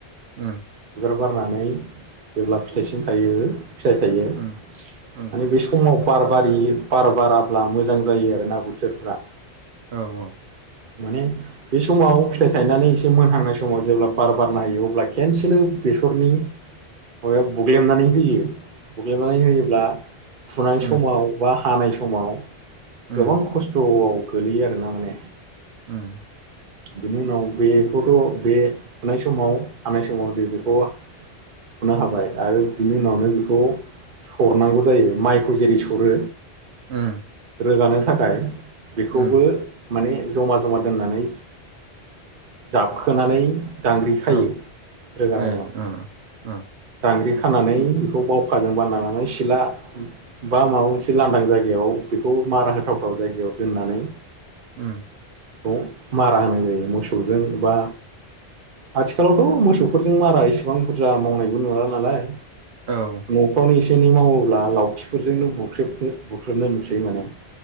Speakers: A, on the right; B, on the right.
A: उम
B: बिबार बारनानै जेब्ला फिथाइसि थायो फिथाइ थायो माने
A: उम उम
B: बे समाव बार बारि बार बाराब्ला मोजां जायो आरोना बोथोरफ्रा।
A: औ-औ
B: माने बै समाव फिथाइ थायनानै एसे मोनहांनाय समाव जेब्ला बार-बारना होयो अब्ला खेनसेनो बेसरनि माबायाव बुग्लेमनानै होयो बुग्लेमनानै होयोब्ला फुनाय समाव
A: उम
B: बा हानाय समाव
A: उम
B: गोबां खस्थ'आव गोलैयो आरो ना माने
A: उम
B: बिनि उनाव बेखौथ बे फुनाय समाव हानाय समाव जों बेखौ फुना लाबाय आरो बिनि उनावनो बेखौ सरनांगौ जायो माइखौ जेरै सरो
A: उम
B: रोगानो थाखाय बेखौबो
A: उम
B: माने जमा-जमा दोननानै जाबखोनानै दांग्रि खायो
A: औ
B: रोगानायाव
A: ए ओ ओ
B: दांग्रि खानानै बेखौ बावखाजों बानानानै सिला बा माबा मोनसे लांदां जायगायाव बेखौ मारा होथावथाव जायगायाव दोननानै
A: उम
B: खौ मारा होनाय जायो मोसौजों एबा आथिखालावथ मोसौफोरजों मारा इसेबां बुरजा मावनायबो नुवाला नालाय।
A: औ
B: न'फ्रावनो एसे एनै मावो अब्ला लावथिफोरजोंनो बुख्रेब बुख्रेबनाय नुसै माने।